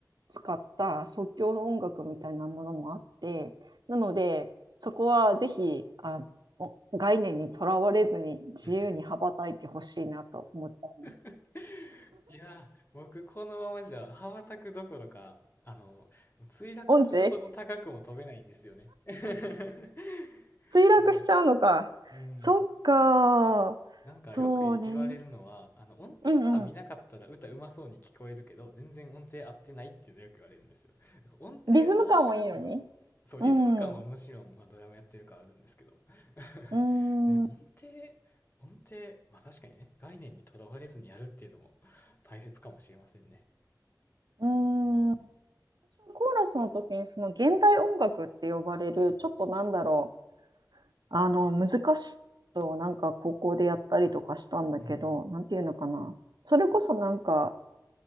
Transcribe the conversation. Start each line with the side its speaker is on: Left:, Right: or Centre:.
Right: 使った即興の音楽みたいなものもあってなのでそこはぜひあ概念にとらわれずに自由に羽ばたいてほしいなと思っちゃいます。
Left: うん。<laughs> いやー、僕このままじゃ羽ばたくどころか、あの、墜落するほど高くも飛べないんですよね。
Right: オンチ
Left: <laughs>
Right: 墜落しちゃうのか。
Left: いや、うん。
Right: そっか。
Left: なんかよく言われるのは、
Right: そうね。
Left: あの音程は見なかったら歌うまそうに聞こえるけど、
Right: うんうん。
Left: 全然音程合ってないっていうのよく言われるんですよ。なんか音程合わせるには、
Right: リズム感もいいのに。
Left: そう、
Right: うん。
Left: リズム感はもちろん、
Right: う
Left: まあ、ドラムやってるからあるんですけど。<laughs>
Right: ーん。
Left: ね、音程、
Right: う
Left: 音程、まあ確かにね、概念にとらわれずにやるっていうのも大切かもしれませんね。
Right: ーん。コーラスの時にその現代音楽って呼ばれる、ちょっとなんだろう。あの、難しいことをなんか高校でやったりとかしたんだけど、
Left: うん。
Right: なんていうのかな。それこそなんか、